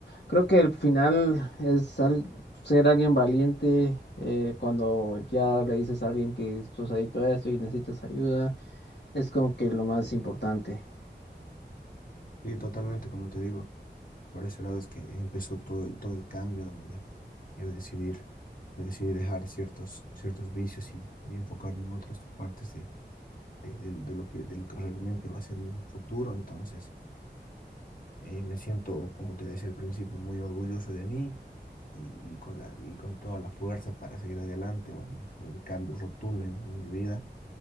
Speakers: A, on the left; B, on the left.
A: creo que al final es al- ser alguien valiente eh, cuando ya le dices a alguien que estás adicto a esto y necesitas ayuda. Es como que lo más importante.
B: Sí, totalmente, como te digo, por ese lado es que empezó todo el, todo el cambio donde yo decidí, decidí dejar ciertos, ciertos vicios y, y enfocarme en otras partes de, de, de lo de lo que, de lo que realmente va a ser un futuro. Entonces, eh, me siento, como te decía al principio, muy orgulloso de mí y, y con la, y con toda la fuerza para seguir adelante, o en, o en cambio rotundo en, en mi vida